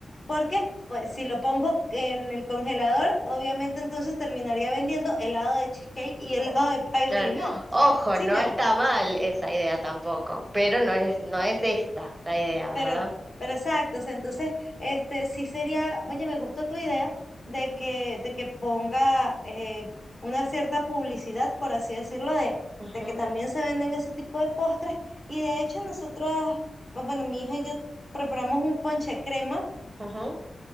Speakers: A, on the left; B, on the right.
A: porque pues si lo pongo en el congelador, obviamente entonces terminaría vendiendo helado de cheesecake y <laughs> helado de pie
B: claro.
A: de limón.
B: Ojo,
A: Sí,
B: no
A: ya.
B: está mal esa idea tampoco, pero no es, no es esta la idea,
A: Pero,
B: ¿verdad?
A: pero exacto, o sea, entonces, este, sí sería, oye, me gustó tu idea de que, de que ponga eh, una cierta publicidad, por así decirlo, de,
B: Ujú,
A: de que también se venden ese tipo de postres. Y de hecho, nosotros, bu- bueno, mi hija y yo preparamos un ponche crema,
B: ujú,